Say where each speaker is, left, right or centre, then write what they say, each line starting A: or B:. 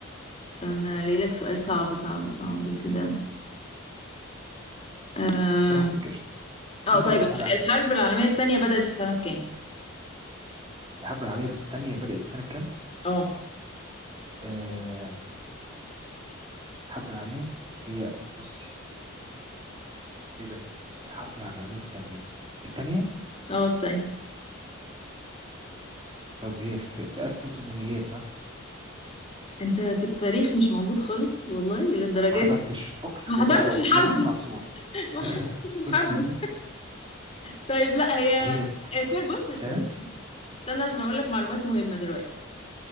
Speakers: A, on the left; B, on the right.
A: استنى الاقي لك سؤال صعب صعب صعب كده اه
B: براحتك قشطه
A: آه،
B: هاتي
A: طيب
B: اصعب حاجه
A: الحرب
B: عندك
A: العالمية التانية بدأت في سنة كام؟
B: الحرب العالميه الثانيه بدات في سنه كام؟
A: اه
B: آه الحرب العالميه هي بصي ايه ده الحرب العالميه الثانيه التانية
A: اه التانية
B: طب هي في في 1800 صح؟
A: انت في التاريخ مش موجود خالص والله للدرجة
B: ما حضرتش
A: دي
B: اقسم
A: ما
B: بالله
A: حضرتش
B: اه كنت
A: الحرب
B: بنط من على السور
A: <laughs> ما حضرتش
B: كنت
A: الحرب
B: بنط
A: طيب لا هي
B: هي في
A: آه، كل بص
B: التسعينات
A: استنى استنى عشان اقول لك معلومات مهمة دلوقتي